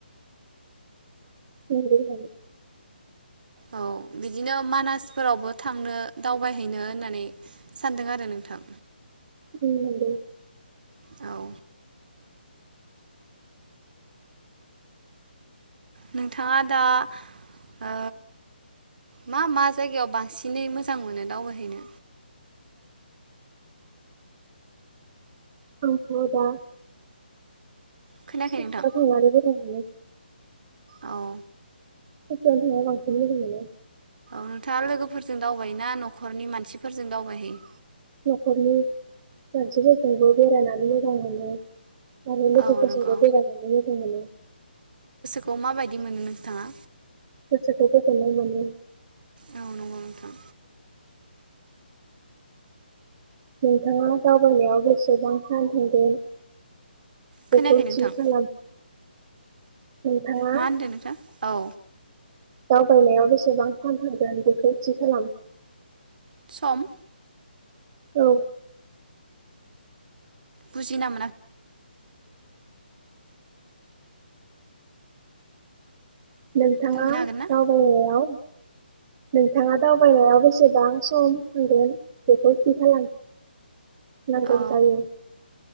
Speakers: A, on the right; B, on the right.
A: <unintelligible>
B: औ बिदिनो मानासफोरावबो थांनो दावबायहैनो होननानै सानदों आरो नोंथां
A: औ नंगौ
B: औ नोंथांङा दा ओ मा मा जायगायाव बांसिनै मोजां मोनो दावबायहैनो
A: <unintelligible> आंथ दा <unintelligible>
B: खोनायाखै नोंथां औ
A: चौकिआव थांनो बांसिन मोजां मोनो
B: नोंथांङा लोगोफोरजों दावबाय ना न'खरनि मानसिफोरजों दावबायहैयो
A: नखरनि मानसिफोरजोंबो बेरायनानै मोजां मोनो आरो लोगोफोरजोंबो
B: औ नंगौ
A: बेरायनानै मोजां मोनो
B: खौ माबायदि मोनो नोंथाङा
A: गोसोखौ गोजोननाय मोनो।
B: औ नंगौ नोंथां
A: नोंथाङा दावबायनायाव बेसेबां <unintelligible>
B: खोनायाखै
A: बेखौ
B: नोंथां
A: थि खालाम। नोंथाङा
B: मा होनदों नोंथां? औ।
A: दावबायनायाव बेसेबां फान थांगोन बेखौ थि खालाम।
B: सम?
A: औ।
B: बुजिना मोना
A: नोंथाङा
B: बुंनो हागोन ना
A: दावबायनायाव नोंथाङा दावबायनायाव बेसेबां सम थांगोन बेखौ थि खालाम। नांगौ
B: औ
A: जायो।